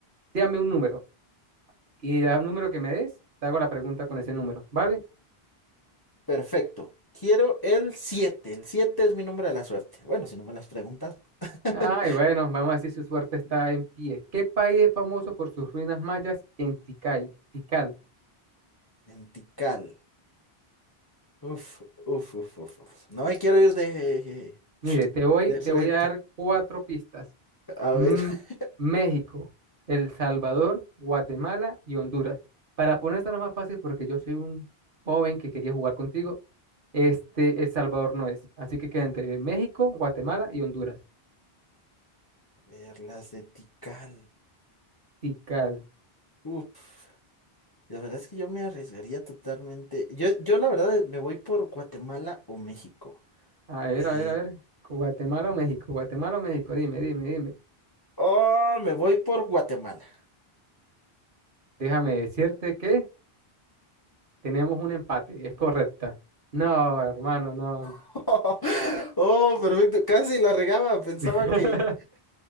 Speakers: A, on the right; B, on the left.
A: Dame un número. y da el número que me des, te hago la pregunta con ese número, ¿vale?
B: perfecto. Quiero el siete, El 7 es mi número de la suerte. Bueno, si no me las preguntas. <laughs>
A: Ay, bueno, vamos a decir si su suerte está en pie. ¿Qué país es famoso por sus ruinas mayas en Tikal? Tikal.
B: Lentical. Uf, uf, uf, uf, uf. No me quiero ir de,
A: Mire, te voy,
B: de frente.
A: te voy a dar cuatro pistas.
B: A
A: Mm,
B: ver. <laughs>
A: México, El Salvador, Guatemala y Honduras. Para ponértela más fácil, porque yo soy un joven que quería jugar contigo, este El Salvador no es. Así que queda entre México, Guatemala y Honduras.
B: A ver, las de Tikal.
A: Tikal.
B: Uf. La verdad es que yo me arriesgaría totalmente. Yo, yo la verdad me voy por Guatemala o México.
A: A ver,
B: Eh,
A: a ver, a ver. Guatemala o México, Guatemala o México, dime, dime, dime.
B: oh, me voy por Guatemala.
A: Déjame decirte que tenemos un empate, es correcta. No, hermano, no.
B: <laughs> Oh, perfecto. Casi la regaba. Pensaba
A: <laughs>
B: que.